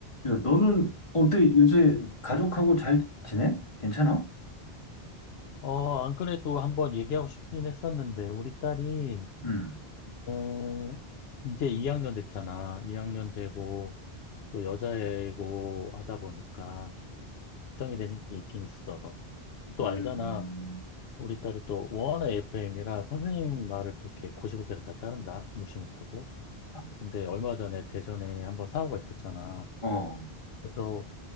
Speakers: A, on the left; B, on the left.
A: 야, 너는 어때? 요새
B: 음.
A: 가족하고 잘 지내? 괜찮아?
B: 어, 안 그래도 한번 얘기하고 싶긴 했었는데, 우리 딸이,
A: 음,
B: 어, 이제 2학년 됐잖아. 2학년 되고, 또 여자애고 하다 보니까, 걱정이 되는 게 있긴 있어. 또
A: 음,
B: 알잖아. 우리 딸이 또 워낙 FM이라 선생님 말을 또 이렇게 곧이곧대로 다 따른다. 무시 못하고.
A: 아,
B: 근데 얼마 전에 대전에 한번 사고가 있었잖아.
A: 어,
B: 그래서